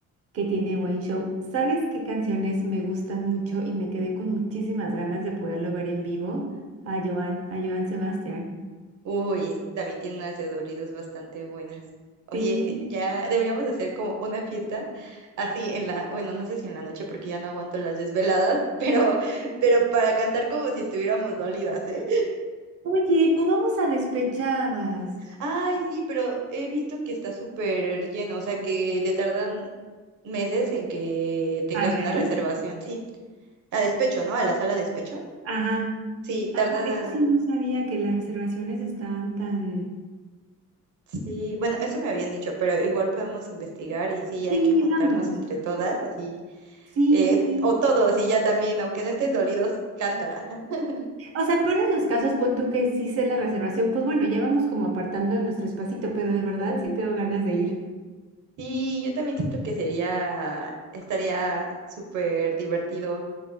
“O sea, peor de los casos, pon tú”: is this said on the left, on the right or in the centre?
Right